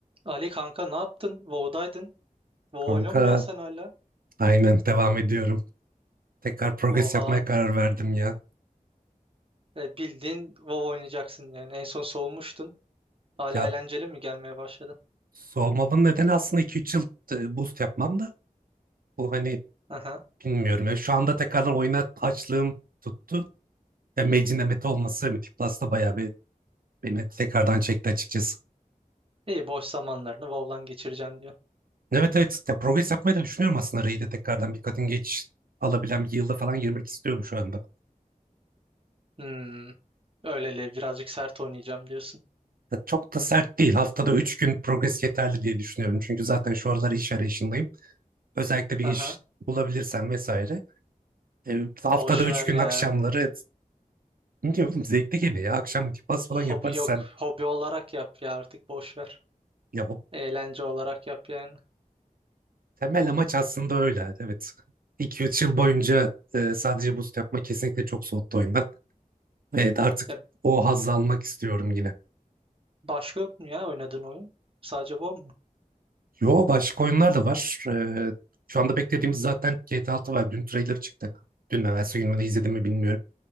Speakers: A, on the right (about 40°); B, on the right (about 80°).
A: Ali kanka ne yaptın? WoW'daydın. WoW
B: Kanka
A: oynuyor musun ya sen hala?
B: aynen devam ediyorum. Tekrar progres
A: Oha.
B: yapmaya karar verdim ya.
A: E, bildiğin WoW oynayacaksın yani. En son soğumuştun. Hala
B: Ya
A: eğlenceli mi gelmeye başladı?
B: soğumamın nedeni aslında iki üç yıl e, boost yapmam da bu hani
A: Aha.
B: bilmiyorum. Ya, şu anda tekrardan oyuna açlığım tuttu. Ve Mage'in emeti olması Mythic Plus'ta bayağı bir beni tekrardan çekti açıkçası.
A: İyi boş zamanlarını WoW'lan geçireceksin diyor.
B: Evet evet ya, progres yapmayı da düşünüyorum aslında Raid'e tekrardan bir kadın geç alabilen bir yılda falan girmek istiyorum şu anda.
A: Hmm. Öyleli birazcık sert oynayacağım diyorsun.
B: Ya, çok da sert değil. Haftada 3 gün progres yeterli diye düşünüyorum. Çünkü zaten şu aralar iş arayışındayım. Özellikle bir
A: Aha.
B: iş bulabilirsen vesaire. E, haftada
A: Boş
B: üç
A: ver
B: gün
A: ya.
B: akşamları ne diyor oğlum zevkli geliyor ya. Akşam multipass falan
A: Hobi
B: yaparız
A: yok.
B: sen.
A: Hobi olarak yap ya artık boş ver.
B: Ya bu
A: Eğlence olarak yap yani.
B: temel amaç aslında öyle. Evet. iki üç yıl boyunca e, sadece boost yapma kesinlikle çok soğuttu oyundan. Evet artık
A: Ya
B: o hazzı almak istiyorum yine.
A: başka yok mu ya oynadığın oyun? Sadece WoW mu?
B: Yo başka oyunlar da var. E, şu anda beklediğimiz zaten GTA 6 var. Dün trailer çıktı. Dün mü, evvelsi gün mü ne izledim mi bilmiyorum.